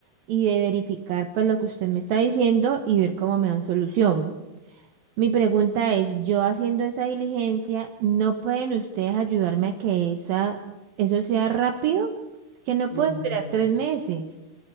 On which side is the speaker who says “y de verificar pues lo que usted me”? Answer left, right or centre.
Right